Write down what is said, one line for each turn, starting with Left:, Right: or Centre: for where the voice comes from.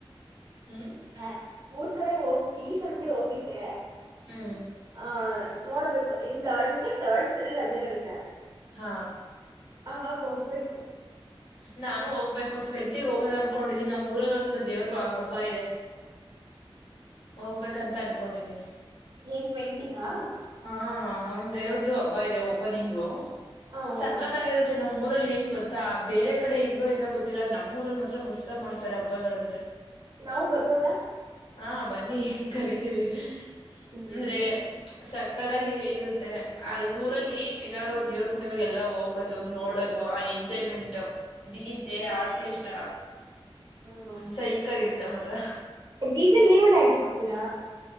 Left: ಹುಂ
Right: ಹ ಊರ್ ಕಡೆ ಹೋಗ್ ಈ ಸಂಡೆ ಹೋಗಿದ್ದೆ.
Left: ಹುಂ
Right: ಆ ನೋಡ್ಬೇಕು ಇಂತ ಹಣ್ಣುಗೆ ತರ್ಡ್ ಸರಿ ರಜೆ ಇರುತ್ತೆ.
Left: ಹಾ
Right: ಅವಾಗ ಹೋಗಬೇಕು.
Left: ನಾನು ಹೋಗ ಬೇಕು ಟಿವೆಂಟ್ಟಿಗೆ ಹೋಗೋಣ ಅನ್ನ್ಕೂಡಿದೀನಿ ನಮ್ಮ ಊರಲ್ಲಿ ಒಂದು ದೇವರ ಹಬ್ಬ ಇದೆ. ಹೋಗ್ಬೇಕಂತ ಅನ್ಕೊಂಡಿದೀನಿ.
Right: ಏನ್ ಟ್ವೆಂಟಿಗಾ.
Left: ಹಾ ಅವನ್ ದೇವ್ರ್ದು ಹಬ್ಬ ಇದೆ ಓಪನಿಂಗು.
Right: ಹ ಹ
Left: ಸಕ್ಕತಾಗಿರುತ್ತೆ ನಾಮ್ ಊರಲ್ಲಿ ಏನ್ ಗೊತ್ತಾ ಬೇರೆ ಕಡೆ ಹೆಂಗೋ ಏನೋ ಗೊತ್ತಿಲ್ಲ ನಮ್ಮ್ ಊರಲ್ಲಿ ಮಾತ್ರ ಮಸ್ತ್ ತ ಮಾಡ್ತಾರೆ ಹಬ್ಬಗಳಂದ್ರೆ
Right: ನಾವು ಬರ್ಬೋದಾ
Left: ಹಾ ಬನ್ನಿ ಕರಿತೀವಿ
Right: ಹ್ಮ್
Left: ಅಂದ್ರೆ
Right: ಸರಿ
Left: ಸಕ್ಕದಾಗಿ ಇರುತ್ತೆ ಅಲ್ ಊರಲ್ಲಿ ಏನಾದ್ರು ಒಂದ ದೇವ್ರಾ ಕುಣಿವಾಗ ಎಲ್ಲಾ ಹೋಗ್ ಹದು ನೋಡದು ಆ ಎಂಜಾಯ್ಮೆಂಟ್ ಡಿ ಜೆ ಆರ್ಕೆಸ್ಟ್ರಾ
Right: ಹಾ
Left: ಸೈಕ್ ಆಗಿರತ್ತೆ ಮಾತ್ರ
Right: ಡೀಜೆಲಿ ನೀವು ಡ್ಯಾನ್ಕ್ಸ್ ಮಾಡ್ತೀರಾ